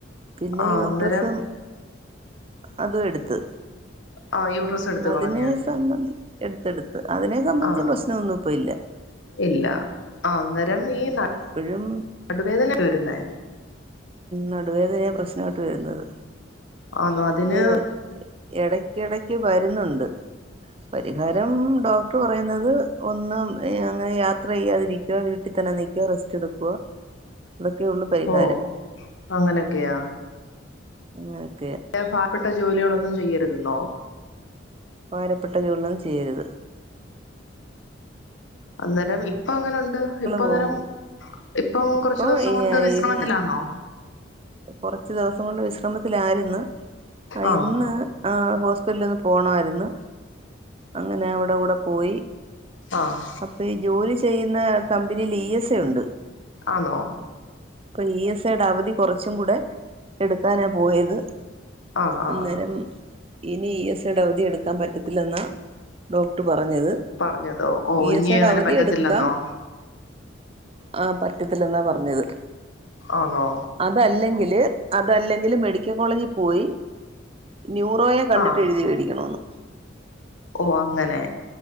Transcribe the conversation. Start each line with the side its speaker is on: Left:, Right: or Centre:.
Right: പിന്നെ
Left: ആ
Right: യൂട്രസും
Left: അന്നേരം
Right: അതും എടുത്ത്
Left: ആ യൂട്രസ് എടുത്ത്
Right: അതിനെ
Left: കളഞ്ഞ്
Right: സംബന്ധി എടുത്തെടുത്ത് അതിനെ സംബന്ധിച്ച്
Left: ആ
Right: പ്രശ്നൊന്നും ഇപ്പ ഇല്ല
Left: ഇല്ല ആ അന്നേരം ഈ
Right: ഇപ്പോഴും
Left: നടുവേദന വരുന്നേ
Right: നടുവേദനയ പ്രശ്നോട്ട് വരുന്നത്
Left: ആന്നോ അതിന്
Right: അത് ഇടക്കിടക്ക് വരുന്നുണ്ട് പരിഹാരം ഡോക്ടർ പറയുന്നത് ഒന്നും അങ്ങനെ യാത്ര ചെയ്യാതിരിക്കുവ വീട്ടിൽ ത്തന്നെ നിക്കുവാ റെസറ്റെഎടുക്കുവാ ഇതൊക്കെ ഉള്ളു പരിഹാരം
Left: ഓ അങ്ങനൊക്കെയാ
Right: <unintelligible>
Left: പാവപ്പെട്ട ജോലികളൊന്നും ചെയ്യരുതെന്നോ
Right: ഭാരപ്പെട്ട ജോലികളന്നുചെയ്യരുത്
Left: അന്നേരം ഇ ഇപ്പൊ അങ്ങനുണ്ട് ഇപ്പൊ
Right: പോകും
Left: നേരം ഇപ്പം
Right: ഇപ്പൊ
Left: കൊറച്ചു ദിവസം കൊണ്ട് വിശ്രമത്തിലാന്നോ
Right: ഇന്ന് കുറച്ച് ദിവസം കൊണ്ട് വിശ്രമത്തിലായിരുന്നു
Left: ആഹ്
Right: ഇന്ന് ആ ഹോസ്പിറ്റലിൽ നിന്ന് പോകണമായിരുന്നു അങ്ങനെ അവിടെ കൂടെ പോയി
Left: ആഹ്
Right: അപ്പൊ ഈ ജോലി ചെയ്യുന്ന കമ്പനിൽ ഇ എസ് ഉണ്ട്
Left: ആണോ
Right: ഇപ്പൊ ഇ എസ് ഐയുടെ അവധി കുറച്ചും കൂടെ എടുക്കാനാ പോയത്
Left: ആഹ് ആഹ്
Right: അന്നേരം ഇനി ഇ എസ് ഐ യുടെ അവധി എടുക്കാൻ പറ്റത്തില്ലെന്ന ഡോക്ടർ പറഞ്ഞത്
Left: പറഞ്ഞതോ ഓ
Right: ഇ
Left: ഇനി
Right: എസ് ഐയുടെ
Left: അങ്ങനെ
Right: അവധി
Left: പറ്റത്തില്ലെന്നോ
Right: എടുക്കാം ആഹ പറ്റത്തില്ല എന്നാ പറഞ്ഞത്
Left: ആണോ
Right: അതല്ലെങ്കില് അതല്ലെങ്കില് മെഡിക്ക കോളേജിൽ പോയി ന്യൂറോയെ കണ്ടിട്ടേഴ്തി
Left: ആഹ്
Right: വേടിക്കണോന്ന്
Left: ഓ അങ്ങനെ